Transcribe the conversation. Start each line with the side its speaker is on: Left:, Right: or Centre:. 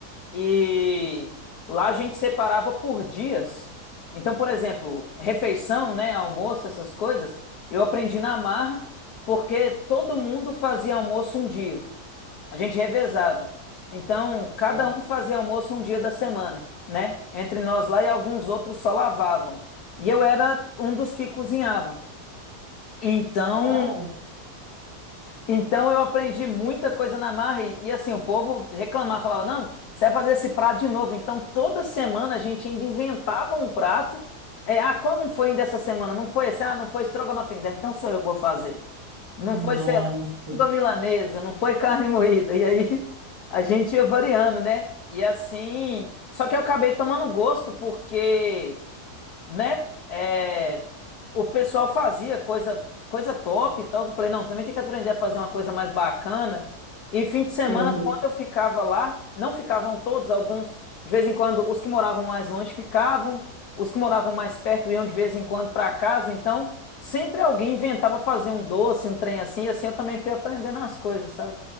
Left: E lá a gente separava por dias. Então, por exemplo, refeição, né, almoço, essas coisas, eu aprendi na marra porque todo mundo fazia almoço um dia. A gente revezava. Então, cada
Right: <laughs>
Left: um fazia almoço um dia da semana, né? Entre nós lá e alguns outros só lavavam. E eu era um dos que cozinhava. Então,
Right: Uau!
Left: então eu aprendi muita coisa na marra e, e, assim, o povo reclamava, falava, não, você vai fazer esse prato de novo. Então toda semana a gente ainda inventava um prato. É, ah, qual não foi ainda essa semana? Não foi esse? Ah, não foi estrogonofe ainda. Então sou eu que vou fazer. Não
Right: Nossa!
Left: foi, sei lá, língua milanesa, não foi carne moída. E aí a gente ia variando, né? E assim, só que eu acabei tomando gosto porque né? é, o pessoal fazia coisa, coisa top e tal. Eu falei, não, também tem que aprender a fazer uma coisa mais bacana. E fim de semana,
Right: Uhum.
Left: quando eu ficava lá, não ficavam todos, alguns, de vez em quando, os que moravam mais longe ficavam, os que moravam mais perto iam de vez em quando para casa. Então, sempre alguém inventava fazer um doce, um trem assim, e assim eu também fui aprendendo as coisas, sabe?